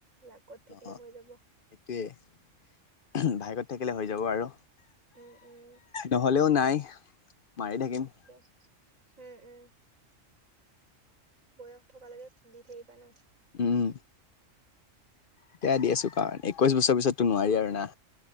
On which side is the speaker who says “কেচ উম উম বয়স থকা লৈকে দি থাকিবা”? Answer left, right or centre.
Right